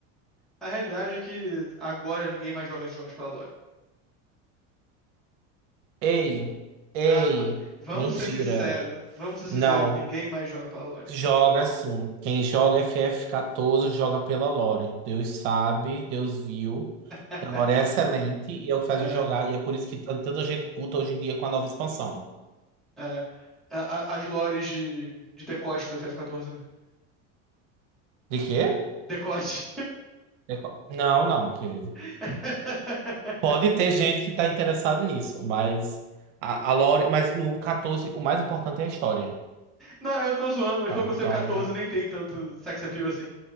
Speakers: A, in the centre; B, on the right.
A: a realidade é que agora ninguém mais joga esses jogos pela lore.
B: Ei, ei,
A: Ah, ah, vamos
B: mentira.
A: ser sinceros, vamos ser sinceros,
B: Não,
A: ninguém mais joga pela lore.
B: joga sim. Quem joga FF14 joga pela Lore. Deus sabe, Deus viu.
A: <laughs>
B: A Lore é excelente e é o que faz
A: É,
B: a gente jogar. E é por isso que tá tanta gente puta hoje em dia com a nova expansão.
A: é. A- a- as lores de, de decote do f 14 né?
B: De quê?
A: Decote.
B: É qual- Não, não, querido.
A: <laughs>
B: Pode ter gente que tá interessado nisso, mas a, a Lore, mas no 14 o mais importante é a história.
A: Não, eu tô zoando, mas
B: sabe?
A: pelo que eu
B: Então,
A: sei, o 14 nem tem tanto sex appeal assim.